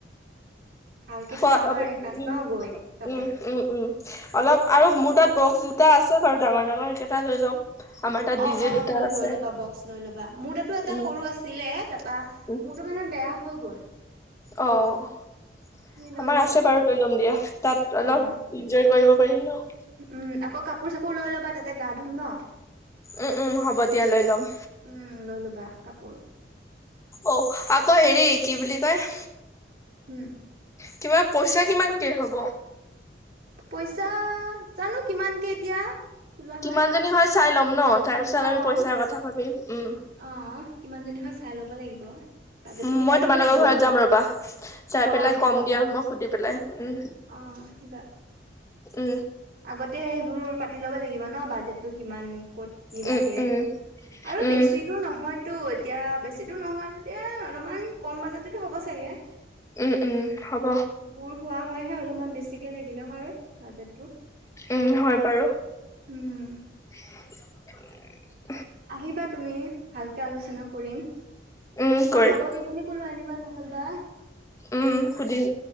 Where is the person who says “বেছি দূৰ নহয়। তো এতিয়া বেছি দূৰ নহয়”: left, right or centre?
Right